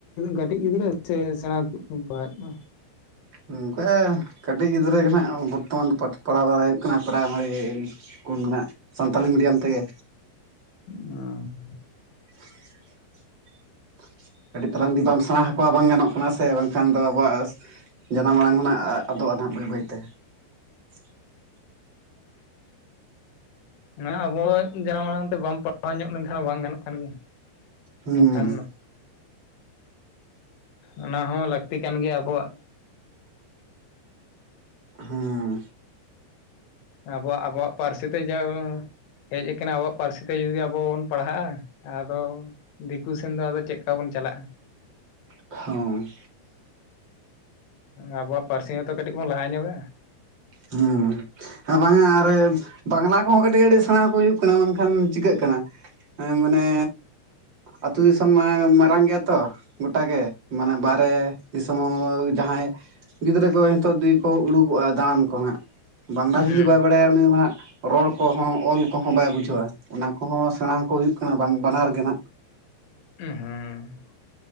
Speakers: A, on the left; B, on the right.
A: ᱠᱟᱹᱴᱤᱡ ᱜᱤᱫᱽᱨᱟᱹ ᱥᱮ ᱥᱮᱲᱟ ᱠᱚ ᱵᱤᱱ ᱯᱟᱲᱦᱟᱣ ᱮᱫ ᱠᱚᱣᱟ᱾
B: ᱚᱝᱠᱟ ᱠᱟᱹᱴᱤᱡ ᱜᱤᱫᱽᱨᱟᱹ ᱜᱮ ᱱᱟᱜ ᱵᱚᱨᱛᱚᱢᱟᱱ ᱯᱟᱲᱦᱟᱣ ᱵᱟᱲᱟ ᱦᱩᱭᱩᱜ ᱠᱟᱱᱟ ᱯᱨᱟᱭᱢᱟᱨᱤ ᱠᱚ ᱢᱮᱱᱟᱜ ᱥᱟᱱᱛᱟᱞᱤ ᱢᱤᱰᱤᱭᱟᱢ ᱛᱮᱜᱮ
A: <unintelligible>
B: <unintelligible> <inaudible> ᱠᱟᱹᱴᱤᱡ ᱛᱟᱞᱟᱝ ᱡᱩᱫᱤ ᱵᱟᱢ ᱥᱮᱬᱟ ᱟᱠᱚᱣᱟ ᱵᱟᱝ ᱜᱟᱱᱚᱜ ᱠᱟᱱᱟ ᱥᱮ ᱵᱟᱝ ᱠᱷᱟᱱ ᱫᱚ ᱟᱵᱚᱣᱟᱜ ᱡᱟᱱᱟᱢ ᱟᱲᱟᱝ ᱦᱚᱸᱱᱟᱜ ᱟᱫᱚᱜ-ᱟ ᱱᱟᱦᱟᱜ ᱵᱟᱹᱭ ᱵᱟᱹᱭ ᱛᱮ <inaudible> <unintelligible>
A: ᱦᱮᱸ ᱟᱵᱚ ᱡᱟᱱᱟᱢ ᱟᱲᱟᱝ ᱛᱮ ᱵᱟᱢ ᱯᱟᱲᱦᱟᱣ ᱧᱚᱜ ᱞᱮᱱᱠᱷᱟᱱ ᱵᱟᱝ ᱜᱟᱱᱚᱜ ᱠᱟᱱ ᱜᱮᱭᱟ
B: ᱦᱩᱸ
A: ᱵᱟᱝᱠᱷᱟᱱ᱾ ᱚᱱᱟ ᱦᱚᱸ ᱞᱟᱹᱠᱛᱤ ᱠᱟᱱ ᱜᱮᱭᱟ ᱟᱵᱚᱣᱟᱜ
B: ᱦᱚᱸ
A: ᱟᱵᱚᱣᱟᱜ ᱟᱵᱚᱣᱟᱜ ᱯᱟᱹᱨᱥᱤ ᱛᱮ ᱡᱟᱞ ᱦᱮᱡ ᱟᱠᱟᱱᱟ ᱟᱵᱚᱣᱟᱜ ᱯᱟᱹᱨᱥᱤ ᱛᱮ ᱡᱩᱫᱤ ᱟᱵᱚ ᱵᱚᱱ ᱯᱟᱲᱦᱟᱜᱼᱟ ᱟᱫᱚ ᱫᱤᱠᱩ ᱥᱮᱱ ᱫᱚ ᱟᱫᱚ ᱪᱮᱫ ᱠᱟ ᱵᱚᱱ ᱪᱟᱞᱟᱜᱼᱟ
B: ᱦᱚᱸ
A: ᱟᱵᱚᱣᱟᱜ ᱯᱟᱹᱨᱥᱤ ᱦᱚᱸᱛᱚ ᱠᱟᱹᱴᱤᱡ ᱵᱚᱱ ᱞᱟᱦᱟ ᱧᱚᱜᱟ
B: ᱦᱩᱸ ᱦᱮᱸ ᱵᱟᱝ-ᱟ ᱟᱨ ᱵᱟᱝᱞᱟ ᱠᱚᱦᱚᱸ ᱠᱟᱹᱴᱤᱡ ᱟᱹᱰᱤ ᱥᱮᱬᱟ ᱟᱠᱚ ᱦᱩᱭᱩᱜ ᱠᱟᱱᱟ ᱢᱮᱱᱠᱷᱟᱱ ᱪᱤᱠᱟᱹᱜ ᱠᱟᱱᱟ ᱦᱮᱸ ᱢᱟᱱᱮ ᱟᱹᱛᱩ ᱫᱤᱥᱚᱢ ᱢᱟ ᱢᱟᱨᱟᱝ ᱜᱮᱭᱟ ᱛᱚ ᱜᱚᱴᱟᱜᱮ ᱢᱟᱱᱮ ᱵᱟᱦᱨᱮ ᱫᱤᱥᱚᱢ ᱦᱚᱸ ᱡᱟᱦᱟᱸᱭ ᱜᱤᱫᱽᱨᱟᱹ ᱠᱚ ᱱᱤᱛᱚᱜ ᱡᱩᱫᱤ ᱠᱚ ᱩᱰᱩᱠᱚᱜᱼᱟ ᱫᱟᱬᱟᱱ ᱠᱚ ᱦᱟᱸᱜ ᱵᱟᱝᱞᱟ
A: ᱦᱩᱸ
B: ᱡᱩᱫᱤ ᱵᱟᱭ ᱵᱟᱲᱟᱭᱟ ᱩᱱᱤ ᱫᱚ ᱦᱟᱸᱜ ᱨᱚᱲ ᱠᱚᱦᱚᱸ ᱚᱞ ᱠᱚᱦᱚᱸ ᱵᱟᱭ ᱵᱩᱡᱷᱟᱹᱣᱟ ᱚᱱᱟ ᱠᱚᱦᱚᱸ ᱥᱮᱬᱟ ᱟᱠᱚ ᱦᱩᱭᱩᱜ ᱠᱟᱱᱟ ᱵᱟᱝ ᱵᱟᱱᱟᱨ ᱠᱟᱱᱟ
A: ᱦᱮᱸ